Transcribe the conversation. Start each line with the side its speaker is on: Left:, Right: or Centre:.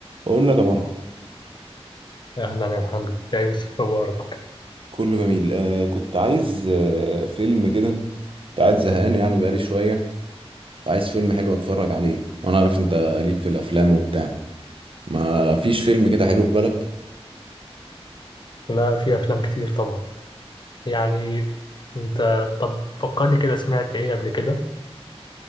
Right: بقول لك يا ماركو
Left: أهلا يا محمد يا يوسف مبارك
Right: كله جميل آه كنت عايز آه فيلم كده كنت قاعد زهقان يعني بقالي شوية عايز فيلم حلو اتفرج عليه وانا عارف انت ليك في الافلام وبتاع ما فيش فيلم كده حلو في بالك
Left: لا في أفلام كتير طبعا يعني أنت طب فكرني كده سمعت إيه قبل كده